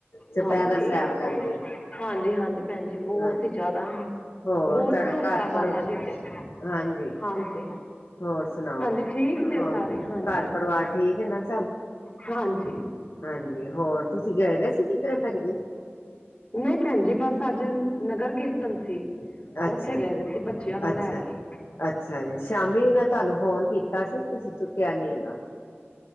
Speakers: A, on the left; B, on the left.
A: ਚੁਪਹਿਰਾ
B: ਹਾਂਜੀ।
A: ਸਾਹਿਬ ਲੱਗਦਾ
B: ਹਾਂਜੀ, ਹਾਂਜੀ ਭੈਣਜੀ ਬਹੁਤ
A: ਹਾਂਜੀ
B: ਹੀ ਜ਼ਿਆਦਾ।
A: ਹੋਰ
B: ਬੋਤ
A: ਤੁਹਾਡਾ
B: ਭਰੋਸਾ
A: ਘਰ ਪਰ
B: ਬਾਬਾ ਜੀ ਤੇ,
A: ਹਾਂਜੀ
B: ਹਾਂਜੀ।
A: ਹੋਰ ਸੁਣਾਓ
B: ਹਾਂਜੀ ਠੀਕ ਨੇ
A: ਹਾਂ
B: ਸਾਰੇ ਹਾਂਜੀ।
A: ਘਰ ਪਰਿਵਾਰ ਠੀਕ ਹੈ ਨਾ ਸਭ
B: ਹਾਂਜੀ।
A: ਹਾਂਜੀ ਹੋਰ ਤੁਸੀਂ ਗਏ ਪੈ ਸੀ ਕਿਧਾਂਰੇ ਭੈਣ ਜੀ?
B: ਨਹੀਂ ਭੈਣ ਜੀ ਬਸ ਅੱਜ ਨਗਰ ਕੀਰਤਨ ਸੀ।
A: ਅੱਛਾ
B: ਉੱਥੇ ਗਏ
A: ਜੀ,
B: ਦੇ ਸੀ ਬੱਚਿਆਂ ਨੂੰ
A: ਅੱਛਾ
B: ਲੈ ਕੇ
A: ਅੱਛਾ ਜੀ, ਸ਼ਾਮੀ ਮੈਂ ਤੁਹਾਨੂੰ ਫੋਨ ਕੀਤਾ ਸੀ ਤੁਸੀਂ ਚੁੱਕਿਆ ਨੀ ਹੈਗਾ।